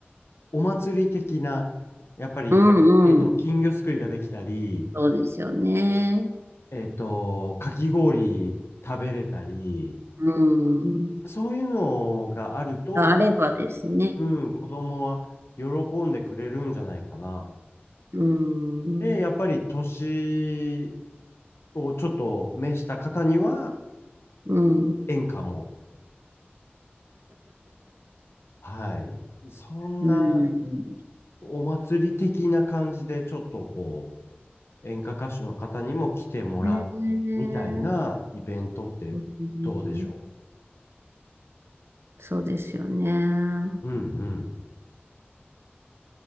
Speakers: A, on the left; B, on the right.
A: お祭り的な、やっぱり、
B: うんうん。
A: えっと、金魚すくいができたり、
B: そうですよね。
A: えっと、かき氷食べれたり、
B: うん。
A: そういうのがあると、
B: があればですね。
A: すごくうん、子供は喜んでくれるんじゃないかな。
B: うん。
A: で、やっぱり年をちょっと召した方には
B: うん。
A: 演歌も、はい。そんな
B: うん。
A: お祭り的な感じで、ちょっとこう、演歌歌手の方にも来てもらうみたいなイベントってどうでしょ
B: ねえうんそうですよね。
A: ううんうん。